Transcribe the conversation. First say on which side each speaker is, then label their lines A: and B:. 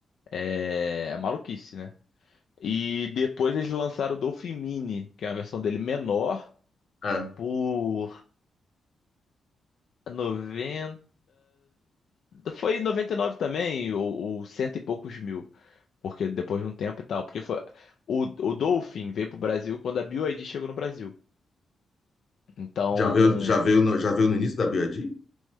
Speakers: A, on the left; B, on the left.
A: É, é maluquice, né? E depois eles lançaram o Dolphin Mini, que é uma versão dele menor,
B: É.
A: por 90, Foi 99 também, ou, ou cento e poucos mil. Porque depois de um tempo e tal. Porque foi... o, o Dolphin veio pro Brasil quando a BYD chegou no Brasil. Então,
B: Já veio, já veio no, já veio no início da BYD?